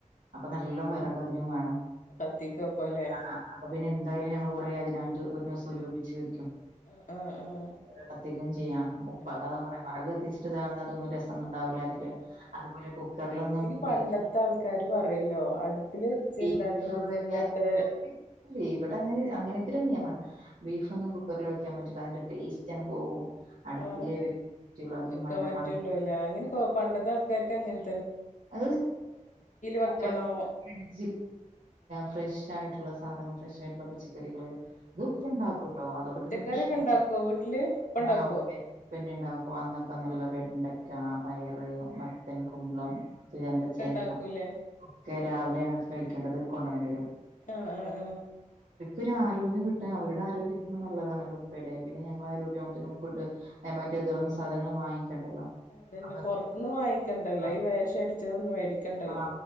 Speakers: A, on the right; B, on the left.
A: അപ്പൊ നല്ല വിറകതിനും വേണം
B: കത്തിക്കപ്പല്ലേ
A: ആ അപ്പൊ പിന്നെ എന്തായാലും ഞങ്ങൾ കൊറെ അതിനായിട്ട് പിന്നെ സ്വരൂപിച്ച് വെക്കും <unintelligible>
B: ആഹ് ആഹ്
A: കത്തിക്കും ചെയ്യാം ഉപ്പെക്കതാ
B: ആഹ്
A: പറയാ വെറക് കത്തിച്ചിട്ട് താണന്നത് രസാ <unintelligible>
B: ആഹ്
A: അതുപോലെ കുക്കറിലൊന്നും
B: അതില്
A: ബീഫ്
B: പണ്ടത്തെ ആൾക്കാര് പറയല്ലോ അടുപ്പില്
A: <unintelligible>
B: വെച്ച് ഉണ്ടാക്കണതിന്റെ അത്ര
A: ല്ലേ ഇവിടെ അങ്ങനെ ഇവട്ത്തെ നിയമാണ് ബീഫൊന്നും കുക്കറിൽ വെക്കാൻ പറ്റില്ല അതിന്റെ ടേസ്റ്റ് പോവും അടുപ്പിലെ
B: ആഹ്
A: വെക്ക്ണ്തും
B: വെക്കാൻ
A: അതിൻ്റെ
B: പറ്റുള്ളൂല്ലേ
A: മണം
B: അങ്ങനെ പണ്ടത്തെ ആൾക്കാർക്ക് അങ്ങന
A: <unintelligible>
B: വെക്കണോ
A: ഫ്രെഷ് ഫ്രഷ് ആയിട്ടുള്ള സാധനങ്ങ ഫ്രഷ് ആയിട്ടുള്ള പച്ചക്കറികള് അത് ഉപ്പ ഉണ്ടാക്കൂട്ടോ അതോടെ
B: പച്ചക്കറിയൊക്കെ
A: പിന്നെ പ്രശ്നല്ല
B: ഉണ്ടാക്കുവോ വീട്ടില് ഇപ്പ ഇണ്ടാക്കുവോ
A: ആ ഉപ്പ ഉണ്ടാക്കും അന്നൊക്കന്ന്ള്ളത് വേഗംണ്ടാക്കും പയറ് മത്തൻ കുമ്പളം ആ
B: ഒക്കെ
A: ചെരങ്ങ
B: ഇണ്ടാക്കൂല്ലേ
A: ഒക്കെ രാവിലെ ഞങ്ങക്ക് കഴിക്കേണ്ടത് കൊണ്ടുവന്ന് തരും
B: ആആ ആ
A: ഒരു ആരോഗ്യം കിട്ടാൻഅവരുടെ ആരോഗ്യ ഇത്രും
B: അതന്നെ
A: നല്ലതാണല്ലോ ഉപ്പയുടെ പിന്നെ ഞങ്ങളുടെ ആരോഗ്യത്തിനും ഫുഡ് മറ്റേ ഇതളന്ന സാധനങ്ങൾ വാങ്ങിക്ക ണ്ടല്ലോ
B: അതന്നെ
A: അ
B: പൊറത്തുന്ന് വാങ്ങിക്കണ്ടല്ലോ
A: <unintelligible>
B: ഈ വേഷം അടിച്ചതൊന്നും മേടിക്കണ്ടല്ലോ
A: ആ